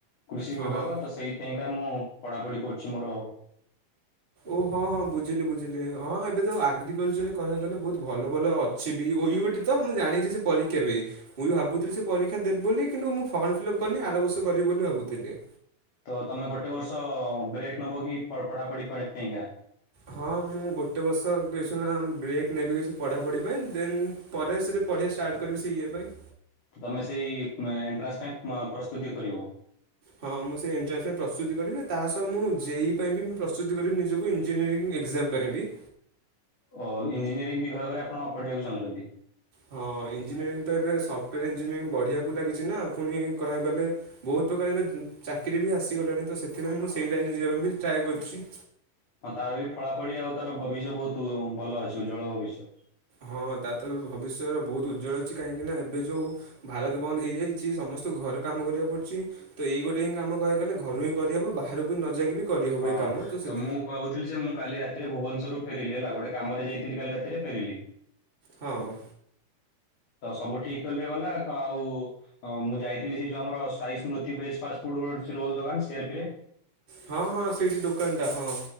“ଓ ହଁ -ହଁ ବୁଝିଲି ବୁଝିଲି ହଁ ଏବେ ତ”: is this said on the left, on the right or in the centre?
Right